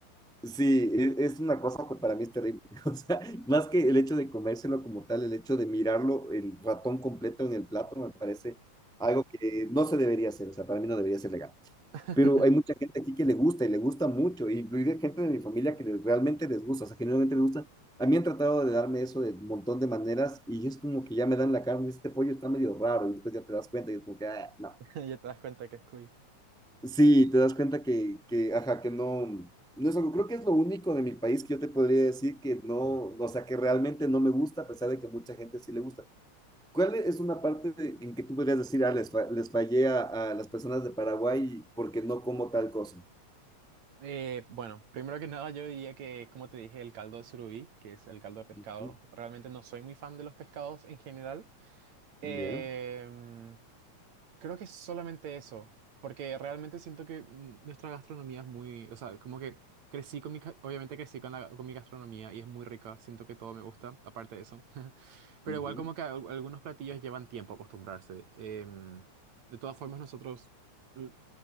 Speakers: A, in the centre; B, on the right (about 65°).
A: Sí, e- es una cosa que para mí es terrible. <laughs> O sea, más que el hecho de comérselo como tal, el hecho de mirarlo, el ratón completo en el plato, me parece algo que no se debería hacer. O sea, para mí no debería ser legal.
B: <laughs>
A: Pero hay mucha gente aquí que le gusta y le gusta mucho, y incluida gente de mi familia que les- realmente les gusta, o sea, genuinamente les gusta. A mí han tratado de darme eso de un montón de maneras y es como que ya me dan la carne, este pollo está medio raro, y después ya te das cuenta y es como que, ah, no.
B: Ya te das cuenta que es cuy.
A: Sí, te das cuenta que, que, ajá, que no, no es algo, creo que es lo único de mi país que yo te podría decir que no, o sea, que realmente no me gusta, a pesar de que mucha gente sí le gusta. ¿Cuál es una parte de- en que tú podrías decir, ah, les, fa- les fallé a, a las personas de Paraguay porque no como tal cosa?
B: Eh, bueno, primero que nada yo diría que, como te dije, el caldo de surubí, que es el caldo de pescado,
A: Ujú,
B: realmente no soy muy fan de los pescados en general,
A: ya,
B: Em, creo que es solamente eso, porque realmente siento que mm, nuestra gastronomía es muy, o sea, como que crecí con mi, ca- obviamente crecí con la, con mi gastronomía y es muy rica, siento que todo me gusta, aparte de eso, <laughs> pero
A: ujú.
B: igual como que al- algunos platillos llevan tiempo acostumbrarse. Em, de todas formas, nosotros, l-